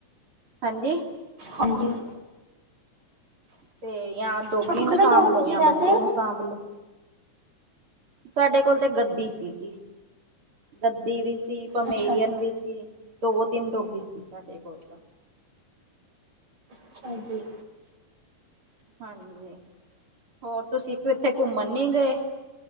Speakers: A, on the right; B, on the right.
A: ਹਾਂਜੀ।
B: ਹਾਂਜੀ।
A: ਤੇ ਯਾ ਡੋਗੀ
B: ਤੁਹਾਨੂੰ
A: ਨੂੰ
B: ਕਿਹੜਾ
A: ਸਾਂਭ
B: ਡੋਗੀ
A: ਲੋ
B: ਸੀ
A: ਯਾ
B: ਵੈਸੇ
A: ਬੱਚੇ ਨੂੰ ਸਾਂਭ ਲੋ। ਤਵਾਡੇ ਕੋਲ ਤੇ ਗੱਦੀ ਸੀ ਜੀ, ਗੱਦੀ ਵੀ ਸੀ। ਪਮੇਰੀਅਨ
B: ਅੱਛਾ ਜੀ
A: ਵੀ ਸੀ, ਦੋ-ਤਿੰਨ ਡੋਗੀ ਸੀ ਸਾਡੇ ਕੋਲ ਤਾਂ।
B: ਅੱਛਾ ਜੀ।
A: ਹਾਂਜੀ ਹੋਰ, ਤੁਸੀਂ ਕਿੱਥੇ ਘੁੰਮਣ ਨੀ ਗਏ?